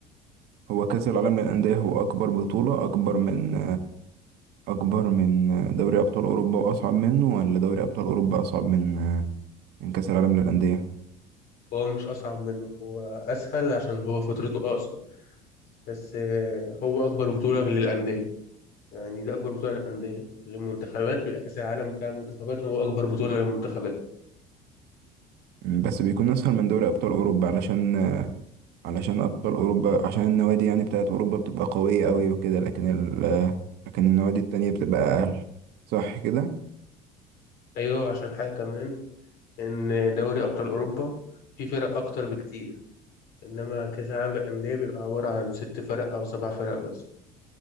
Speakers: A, on the right (about 55°); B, on the left (about 55°).
A: هو كأس العالم للأندية هو أكبر بطولة أكبر من أكبر من دوري أبطال أوروبا وأصعب منه ولا دوري أبطال أوروبا أصعب من من كأس العالم للأندية
B: هو مش أصعب منه هو أسهل عشان هو فترته أقصر بس آه، هو أكبر بطولة للأندية يعني دي أكبر بطولة للأندية للمنتخبات بيبقى كأس العالم بتاع المنتخبات هو أكبر بطولة للمنتخبات
A: مم، بس بيكون أسهل من دوري أبطال أوروبا علشان علشان أبطال أوروبا عشان النوادي يعني بتاعت أوروبا بتبقى قوية أوي وكده لكن ال لكن النوادي التانية بتبقى أقل صح كده؟
B: أيوة وعشان حاجة كمان إن دوري أبطال أوروبا فيه فرق أكتر بكتير إنما كأس العالم للأندية بيبقى عبارة عن ست فرق أو سبع فرق بس